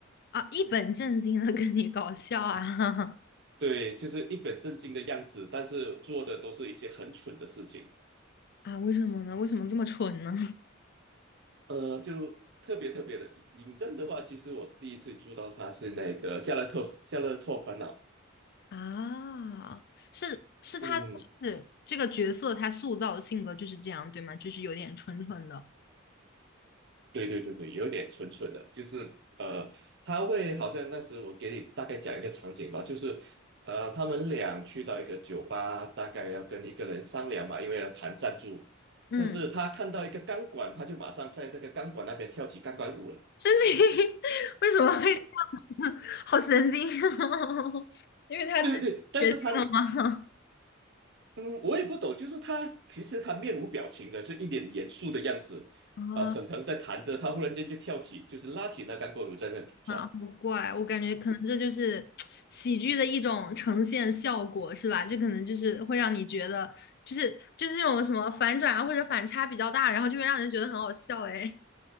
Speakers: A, on the left; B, on the right.
A: 啊？一本正经的跟你搞笑啊
B: 对，就是一本正经的样子，但是做的都是一些很蠢的事情。
A: <laughs> 啊？为什么呢？为什么这么蠢呢？
B: 呃，就特别特别的尹正的话，其实我第一次知道他是那个《夏洛特夏洛特烦恼》。
A: <laughs> 啊，是是他就是这个角色他塑造的性格就是这样，
B: 嗯，
A: 对吗？就是有点蠢蠢的，
B: 对对对对，有点蠢蠢的，就是呃，他会好像那时我给你大概讲一个场景吧，就是呃，他们俩去到一个酒吧，大概要跟一个人商量嘛，因为要谈赞助，
A: 嗯。
B: 但是他看到一个钢管，他就马上在那个钢管那边跳起钢管舞了。
A: 神经 <laughs> 为什么会这样子？<laughs> 好神经哦！<laughs> 因为他之前决定了吗？
B: 对对对，但是他的嗯，我也不懂，就是他其实他面无表情的，就一脸严肃的样子。
A: 啊
B: 啊，沈腾在弹着，他忽然间就跳起，就是拉起那钢管舞在那转。
A: 啊，好怪！我感觉可能这就是喜剧的一种呈现效果，是吧？就可能就是会让你觉得，就是就是这种什么反转啊，或者反差比较大，然后就会让人觉得很好笑。哎，